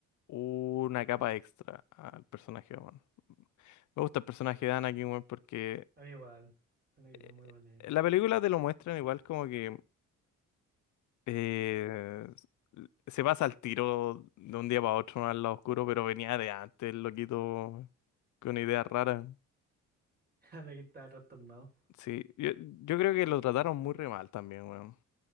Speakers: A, on the left; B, on the right.
A: una capa extra al personaje, weón. Me gusta el personaje de Anakin, weón, porque
B: A mí igual, Anakin
A: eh,
B: es muy bueno.
A: en la película te lo muestran igual como que eh, se pasa al tiro de un día para otro ¿no? al lado oscuro, pero venía de antes, el loquito, con ideas raras.
B: Aquí estaba trastornado.
A: Sí, yo, yo creo que lo trataron muy re mal también, weón.